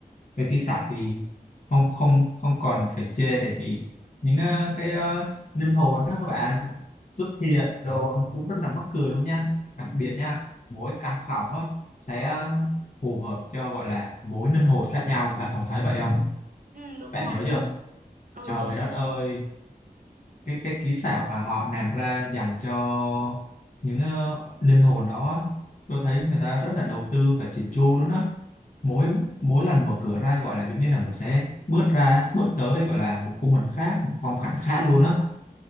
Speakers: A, on the left (about 50°); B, on the right (about 60°).
A: cái kỹ xảo thì không không không còn phải chê tại vì những ờ, cái ờ, linh hồn đó các bạn xuất hiện đồ cũng rất là mắc cười luôn nha đặc biệt nha mỗi căn phòng á, sẽ ờ, phù hợp cho gọi là mỗi linh hồn khác nhau bạn còn thấy vậy không
B: Ừ đúng
A: bạn
B: rồi.
A: nhớ chưa
B: Ừ,
A: trời
B: tôi
A: đất ơi cái cái kỹ xảo mà họ làm ra dành cho những ờ, linh hồn đó tôi thấy người ta rất là đầu tư và chỉn chu luôn á mỗi mỗi lần mở cửa ra gọi là giống như là mình sẽ bước ra bước tới gọi là một khung hình khác một phong cảnh khác luôn á